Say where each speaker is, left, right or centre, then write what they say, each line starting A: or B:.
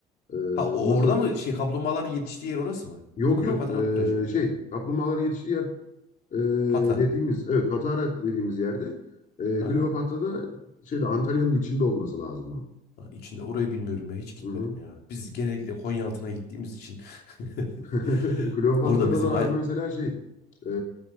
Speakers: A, on the left; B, on the left.
A: Eee,
B: Ha o-
A: Mısır
B: orada mı şey kaplumbağaların yetiştiği yer orası mı?
A: yok
B: Kleopatra
A: yok eee,
B: plajı mı?
A: şey kaplumbağaların yetiştiği yer eee,
B: Patara.
A: dediğimiz evet Patara dediğimiz yerde eee
B: Hı hı.
A: Kleopatra'da şeyde Antalya'nın içinde olması lazım onun.
B: Ha, içinde orayı bilmiyorum ya. Hiç gitmedim
A: Hı hı.
B: ya. Biz genellikle Konyaaltı'na gittiğimiz için. <laughs>
A: <laughs> Kleopatra'da
B: Orada bizim...
A: da
B: ay-
A: abi mesela şey e,